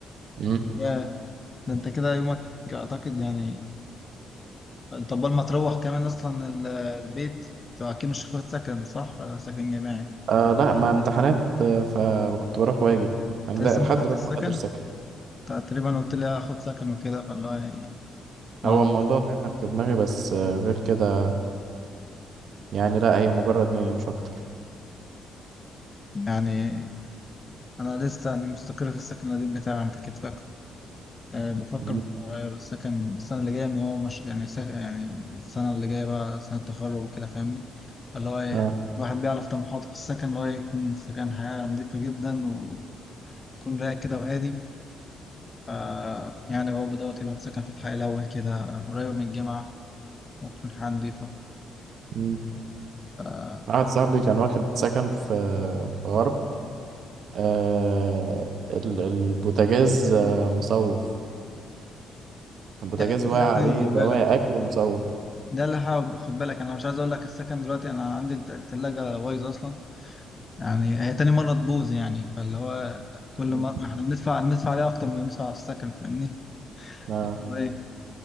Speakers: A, on the right (about 65°); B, on the left (about 30°).
A: مم.
B: ياه ده أنت كده يومك أعتقد يعني طب ما تروح كمان أصلا ال- البيت أنت أكيد مش هتاخد سكن صح؟ آه، سكن جامعي أنت
A: آه لا ما امتحانات آه، فكنت بروح واجي يعني
B: لسه
A: ده لحد
B: ما خدتش
A: دلوقتي
B: السكن؟
A: ما حدش سكت
B: أنت تقريبا قلت لي هاخد سكن وكده فالله يعني ما
A: هو
B: أعرف
A: الموضوع دايما في دماغي بس آه، غير كده يعني لا هي مجرد نية مش أكتر
B: يعني أنا لسه يعني مستقر في السكن القديم بتاعي أنت أكيد فاكر أه بفكر
A: مم.
B: أغير السكن السنة اللي جاية إن هو مش يعني سك... يعني السنة اللي جاية بقى سنة تخرج وكده فاهمني اللي هو إيه
A: آه.
B: الواحد بيعرف طموحاته في السكن اللي هو يكون سكن حياة نظيفة جدا ويكون رايق كده وهادي ف يعني هو بدور يبقى سكن في الحي الأول كده قريب من الجامعة وتكون حياة نظيفة
A: مم.
B: ف
A: واحد صاحبي كان واخد سكن في آه، في غرب آه ال- البوتاجاز آه مصوف البوتاجاز
B: يعني ده
A: واقع
B: اللي حابب
A: عليه
B: خد
A: بواقي
B: بالك
A: أكل ومصوف
B: ده اللي حابب خد بالك أنا مش عايز أقول لك السكن دلوقتي أنا عندي الت- التلاجة بايظة أصلا يعني هي تاني مرة تبوظ يعني فاللي هو كل
A: مم.
B: مرة احنا بندفع بندفع عليها أكتر من اللي بندفع على السكن فاهمني؟
A: آه
B: اللي هو إيه؟